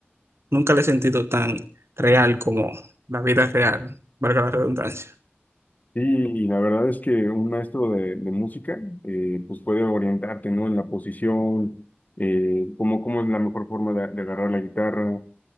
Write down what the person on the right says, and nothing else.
Nunca la he sentido tan real como la vida real, valga la redundancia.